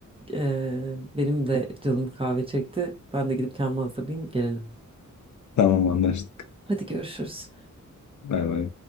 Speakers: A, on the right; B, on the left.
A: ee, benim de canım kahve çekti. Ben de gidip kendimi hazırlayayım gelelim.
B: Tamam anlaştık.
A: Hadi görüşürüz.
B: Bay bay.